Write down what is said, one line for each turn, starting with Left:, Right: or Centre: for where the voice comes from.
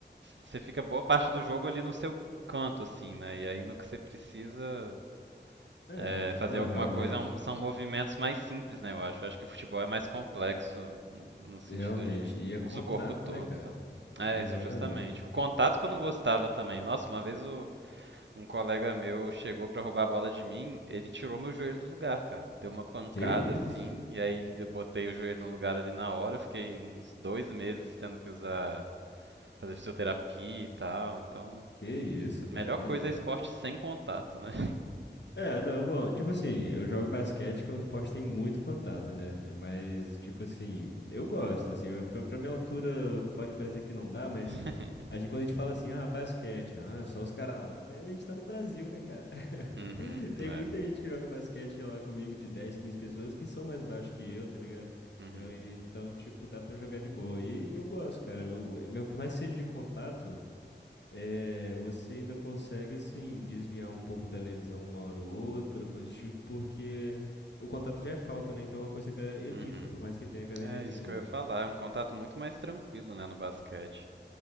Right: Você fica boa parte do jogo ali no seu canto, assim, né? E aí no que você precisa
Left: é,
Right: é, fazer
Left: não,
Right: alguma
Left: realmente,
Right: coisa é um- são movimentos mais simples, né? Eu acho. Eu acho que o futebol é mais complexo no sentido
Left: realmente.
Right: de
Left: E é
Right: usa
Left: contato,
Right: o corpo todo,
Left: né, cara?
Right: tá? É,
Left: Exatamente.
Right: isso, justamente. O contato que eu não gostava também. Nossa, uma vez o- um colega meu chegou pra roubar a bola de mim, ele tirou meu joelho do lugar, cara. Deu uma pancada
Left: Que isso,
Right: assim, e aí eu botei o joelho no lugar ali na hora. eu Fiquei uns dois meses tendo que usar fazer fisioterapia e tal. Então,
Left: que isso,
Right: melhor
Left: cara, que
Right: coisa
Left: isso.
Right: é esporte sem contato, né?
Left: É, não, bom, tipo assim, eu jogo basquete, que é um esporte que tem muito contato, né? Mas, tipo assim, eu gosto, assim, eu- pra, pra minha altura pode parecer que não dá, mas
Right: <laughs>
Left: a gente, quando a gente fala assim, ah, basquete, ah, só os caras altos, mas a gente tá no Brasil, né, cara? <laughs>
Right: uhum,
Left: Tem
Right: é.
Left: muita gente que joga basquete lá comigo de 10, 15 pessoas que são mais baixos que eu, tá ligado?
Right: Uhum,
Left: Eu- e- então, tipo, dá pra jogar de boa. E, eu gosto, cara, eu, meu, por mais que seja de contato. É, você ainda consegue, assim, desviar um pouco da lesão uma hora ou outra, coisa do tipo, porque o contato já é falta, né? Então é uma coisa que a galera evita,
Right: uhum.
Left: por mais que tenha, a galera
Right: É
Left: evita,
Right: isso que eu
Left: né?
Right: ia falar. É um contato muito mais tranquilo, né, no basquete.